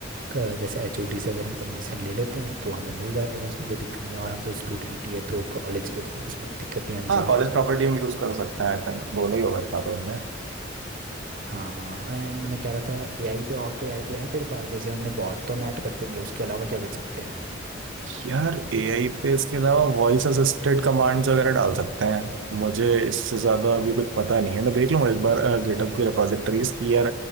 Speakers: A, on the right; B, on the right.
A: अ, जैसे एचओडी से अगर हम परमिशन ले लेते हैं तो हमें मिल जाएगा उसमें कोई दिक्कत नहीं है। और हम तो स्टूडेंट ही है तो कॉलेज के तो इसमें कोई दिक्कत नहीं आनी
B: हाँ
A: चाहिए
B: कॉलेज प्रॉपर्टी हम यूज़ कर सकते हैं आई थिंक दोनों ही होगा इतना तो हमने
A: हाँ एंड मैं कह रहा था एआई पे और कोई आइडिया है तेरे पास जैसे हमने बॉट तो मैट कर देंगे उसके अलावा क्या कर सकते हैं
B: यार एआई पे इसके अलावा वॉइस असिस्टेड कमांड्स वगैरह डाल सकते हैं मुझे इससे ज्यादा अभी कुछ पता नहीं है मैं देख लूंगा एक बार गिटहब की रिपोजिटरीज की यार